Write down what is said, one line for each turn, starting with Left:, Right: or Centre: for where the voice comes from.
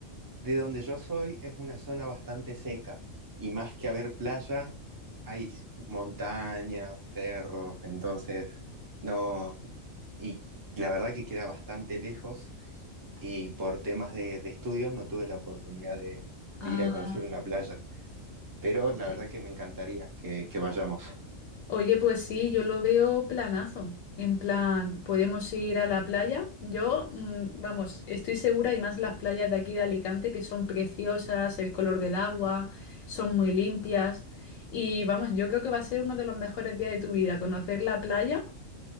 Right: de donde yo soy es una zona bastante seca y más que haber playa, hay montañas, cerros, entonces no, y la verdad que queda bastante lejos y por temas de, de estudio no tuve la oportunidad de, de
Left: Ah,
Right: ir a conocer una playa. pero
Left: ok.
Right: la verdad que me encantaría que, que vayamos.
Left: Oye, pues sí, yo lo veo planazo. En plan, podemos ir a la playa. Yo, mm, vamos, estoy segura y más las playas de aquí de Alicante que son preciosas, el color del agua, son muy limpias. Y vamos, yo creo que va a ser uno de los mejores días de tu vida, conocer la playa.